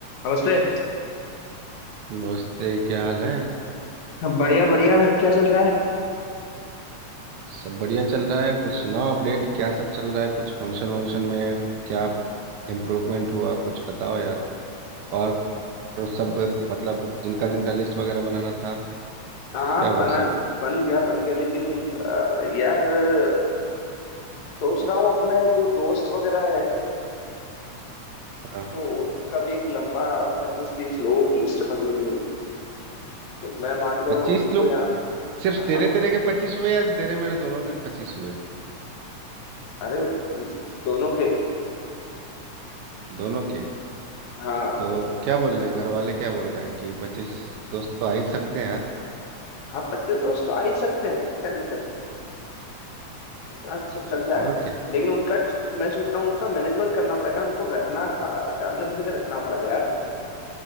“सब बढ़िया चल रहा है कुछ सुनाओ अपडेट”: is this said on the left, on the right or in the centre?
Right